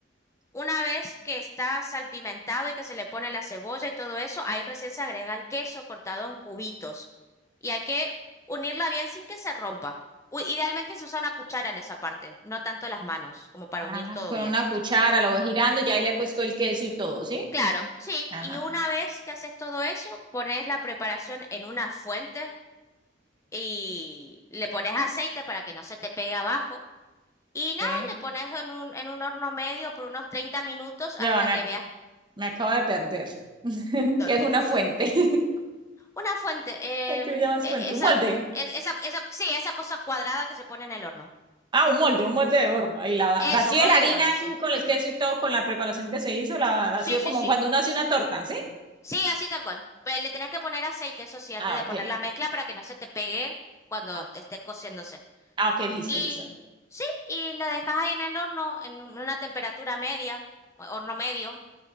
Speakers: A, on the left; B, on the right.
A: Una vez que está salpimentado y que se le pone la cebolla y todo eso, ahí recién se agrega el queso cortado en cubitos. Y hay que unirla bien sin que se rompa. U- Idealmente se usa una cuchara en esa parte, no tanto las manos, como para
B: Ajá,
A: unir todo
B: con
A: bien.
B: una cuchara lo voy girando, ya ahí le he puesto el queso y todo, ¿sí?
A: Claro, sí,
B: Ajá,
A: y una vez que haces todo eso, pones la preparación en una fuente y le pones aceite para que no se te pegue abajo. Y nada,
B: ok.
A: le pones en un, en un horno medio por unos 30 minutos
B: Ya
A: hasta
B: va, me,
A: que
B: ac-
A: veas
B: me acabo de perder. <laughs>
A: dónde.
B: qué es una
A: <laughs>
B: fuente? <laughs>
A: Una fuente, em,
B: ¿A qué le llamas
A: e-
B: fuente?
A: esa,
B: Un molde.
A: e- esa, esa, sí, esa cosa cuadrada que se pone en el horno.
B: Ah, un molde, un molde de horno. Ahí la va-
A: Eso,
B: vacío
A: molde
B: la harina
A: de horno, sí.
B: y con el queso y todo, con la preparación que se hizo, la vacío
A: Sí,
B: como
A: sí, sí.
B: cuando uno hace una torta, ¿sí?
A: Sí, así tal cual. Pero le tenés que poner aceite, eso sí, antes
B: Ah,
A: de
B: ok.
A: poner la mezcla para que no se te pegue cuando
B: Ah,
A: esté cociéndose.
B: ah, ok, listo,
A: Y
B: listo.
A: sí, y lo dejas ahí en el horno, en un- una temperatura media, o- horno medio.